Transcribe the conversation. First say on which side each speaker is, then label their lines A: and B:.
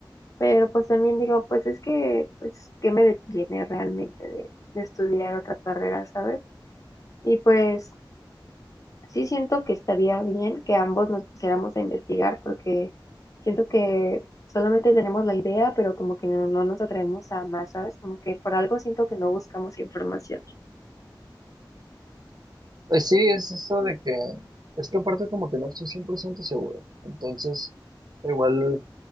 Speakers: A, on the left (about 40°); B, on the right (about 55°).
A: pero pues también digo, pues es que pues qué me detiene realmente de, de estudiar otra carrera, ¿sabes? Y pues sí siento que estaría bien que ambos nos pusiéramos a investigar porque siento que solamente tenemos la idea, pero como que no, no nos atrevemos a más, ¿sabes? Como que por algo siento que no buscamos información.
B: Pues sí, es eso de que, es que aparte como que no estoy 100% seguro. Entonces, igual